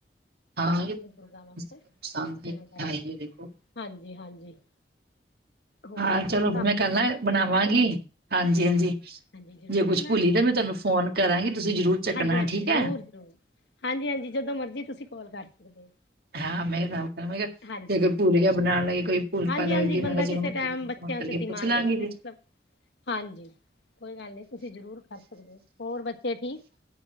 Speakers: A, on the right (about 60°); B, on the left (about 75°).
A: ਹਾਂ ਇਹ ਨੁਕਸਾਨਦਾਇਕ
B: ਬਜ਼ੁਰਗਾਂ ਵਾਸਤੇ ਤਾਂ ਕਰਕੇ
A: ਹੈ ਦੇਖੋ।
B: ਹਾਂਜੀ, ਹਾਂਜੀ। ਹੋਰ
A: ਹਾਂ ਚਲੋ ਫਿਰ
B: ਕੰਮ
A: ਮੈਂ ਕੱਲ
B: ਨਿਬੜ
A: ਨਾ
B: ਗਿਆ
A: ਬਣਾਵਾਂਗੀ। ਹਾਂਜੀ, ਹਾਂਜੀ।
B: ਹਾਂਜੀ ਜ਼ਰੂਰ
A: ਜੇ ਕੁੱਛ
B: ਬਣਾਉਣਾ
A: ਭੁੱਲੀ ਤਾਂ ਮੈਂ ਤੁਹਾਨੂੰ ਫੋਨ ਕਰਾਂਗੀ, ਤੁਸੀਂ ਜ਼ਰੂਰ। ਚੱਕਣਾ
B: ਹਾਂਜੀ, ਹਾਂਜੀ
A: ਠੀਕ
B: ਜ਼ਰੂਰ
A: ਹੈ।
B: ਹਾਂਜੀ, ਹਾਂਜੀ ਜਦੋਂ ਮਰਜੀ ਤੁਸੀਂ ਕੌਲ ਕਰ ਸਕਦੇ ਹੋ।
A: ਹਾਂ ਮੈਂ ਤਾਂ ਉਹ ਮੈਂ ਕਿਹਾ
B: ਹਾਂਜੀ
A: ਜੇ ਕੋਈ ਭੂਲ ਬਣਾਉਣ ਲੱਗੀ। ਕੋਈ ਭੁੱਲ
B: ਹਾਂਜੀ
A: ਭਾਲ ਹੋਗੀ,
B: ਹਾਂਜੀ
A: ਮੈਂ
B: ਬੰਦਾ
A: ਕਿਹਾ
B: ਕਿਸੇ
A: ਚਲੋ। ਦੀਦੀ
B: ਟਾਈਮ
A: ਨੂੰ
B: ਬੱਚਿਆਂ
A: ਫੋਨ ਕਰਕੇ
B: ਚ ਦਿਮਾਗ
A: ਪੁੱਛ ਲਾਂਗੇ
B: ਮਤਲਬ
A: ਫਿਰ।
B: ਹਾਂਜੀ ਕੋਈ ਗੱਲ ਨਹੀਂ ਤੁਸੀਂ ਜ਼ਰੂਰ ਕਰ ਸਕਦੇ ਹੋ। ਹੋਰ ਬੱਚੇ ਠੀਕ।